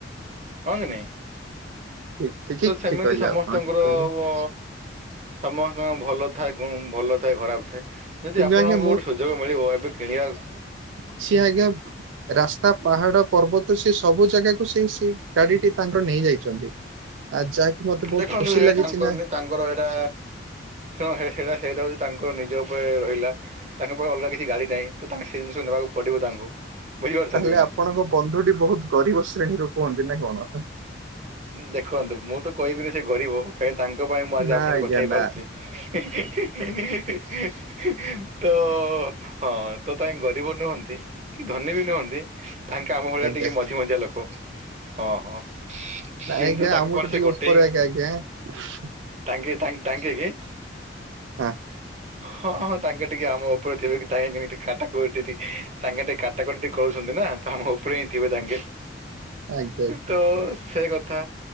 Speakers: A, on the right; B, on the right.
A: ହଁ କି ନାଇଁ,
B: ଠିକ
A: ତ ସେମିତି
B: ଠିକ କହିଲେ
A: ସମସ୍ତଙ୍କର
B: ଆପଣ ଠିକ କହିଲେ।
A: ଓ ସମ ହଁ ଭଲ ଥାଏ ହୁଁ ଭଲ ଥାଏ ଖରାପ ଥାଏ, ଯଦି
B: କିନ୍ତୁ
A: ଆପଣଙ୍କୁ
B: ଆଜ୍ଞା
A: ଗୋଟେ ସୁଯୋଗ ମିଳିବ ଏବେ କିଣିବାକୁ
B: ଛି ଆ <unintelligible> ରାସ୍ତା, ପାହାଡ, ପର୍ବତ ସେ ସବୁ ଜାଗାକୁ ସେଇ ସେ ଗାଡିଟି ତାଙ୍କର ନେଇ ଯାଇଛନ୍ତି। ଆ ଯାଇକି ମତେ ବହୁତ
A: ଦେଖନ୍ତୁ
B: ଖୁସି
A: ହେ
B: ଲାଗିଛି
A: ତାଙ୍କର
B: ନା।
A: ତାଙ୍କର ହେଇଟା ଯୋଉ ହେଇଟା ସେଇଟା ହେଉଛି ତାଙ୍କର ନିଜ ଉପରେ ରହିଲା। ତାଙ୍କ ପାଖ ଅଲଗା କିଛି ଗାଡ଼ି ନାହିଁ, ତ ତାଙ୍କଙ୍କୁ ସେ ଜିନିଷକୁ ନେବାକୁ ପଡ଼ିବ ତାଙ୍କୁ ବୁଝିପାରୁଛନ୍ତି
B: ତାହେଲେ
A: କି ନାଇଁ।
B: ଆପଣଙ୍କ ବନ୍ଧୁଟି ବହୁତ ଗରିବ ଶ୍ରେଣୀରୁ କୁହନ୍ତି ନା କଣ?
A: ଦେଖନ୍ତୁ, ମୁଁ ତ କହିବିନି ସେ ଗରିବ କାହିଁକି ତାଙ୍କ ପାଇଁ ମୁଁ ଆଜି
B: ନା
A: ଆପଣ ତ
B: ଆଜ୍ଞା
A: କଥା ହେଇପାରୁଛି।
B: ନା
A: ହି, ହି, ହି, ହିଇ, ହି ତ ହଁ ତ ତାଙ୍କେ ଗରିବ ନୁହଁନ୍ତି କି ଧନୀ ବି ନୁହନ୍ତି। ତାଙ୍କେ ଆମ ଭଳିଆ
B: ଆଜ୍ଞା
A: ଟିକେ ମଝି ମଝିଆ ଲୋକ ହଁ, ହଁ।
B: ନାଇଁ,
A: କିନ୍ତୁ
B: ଆଜ୍ଞା
A: ତାଙ୍କ
B: ଆମଠୁ
A: ପରେ ସେ
B: ଟିକେ
A: ଗୋଟେ
B: ଉପରେ ଆଜ୍ଞା, ଆଜ୍ଞା।
A: ତାଙ୍କେ ତା ତାଙ୍କେ କେ
B: ହଁ
A: ହଁ, ହଁ ତାଙ୍କେ ଟିକେ ଆମ ଉପରେ ଥିବେକି, ତାଙ୍କେ ଯେମିତି କାଟାକୁଟିକି ତାଙ୍କେ ସେଠି କାଟାକୁଟି କଉଛନ୍ତି ନା। ତ ଆମ ଉପରେ ହିଁ ଥିବେ ତାଙ୍କେ
B: ଆଜ୍ଞା ଆଜ୍ଞା
A: ତ ସେ କଥା